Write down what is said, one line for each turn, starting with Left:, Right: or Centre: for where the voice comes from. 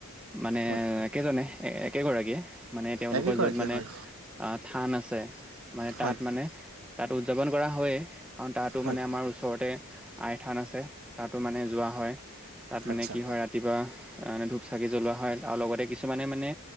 Centre: মানে
Right: হয়
Centre: একেজনে একেগৰাকীয়ে মানে তেওঁলোকৰ
Right: একেই কৰে
Centre: য'ত
Right: কি
Centre: মানে
Right: হয়
Centre: থান আছে মানে
Right: হয়
Centre: তাত মানে তাত উদযাপন কৰা হয়ে কাৰণ তাতো
Right: হয়
Centre: মানে আমাৰ ওচৰতে আই থান আছে তাতো মানে যোৱা হয় তাত
Right: আচ্ছা
Centre: মানে কি হয় ৰাতিপুৱা ম ধূপ চাকি জ্বলোৱা হয় আৰু লগতে কিছুমানে মানে